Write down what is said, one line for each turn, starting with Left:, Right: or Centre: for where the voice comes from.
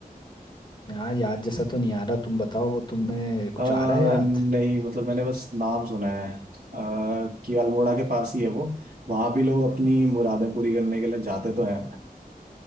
Left: यार याद जैसा तो नहीं आ रहा तुम बताओ तुम्हें कुछ
Right: आ,
Left: आ रहा है याद
Right: नहीं मतलब मैंने बस नाम सुना है आ, कि अल्मोड़ा के पास ही है वो वहां भी लोग अपनी मुरादें पूरी करने के लिए जाते तो हैं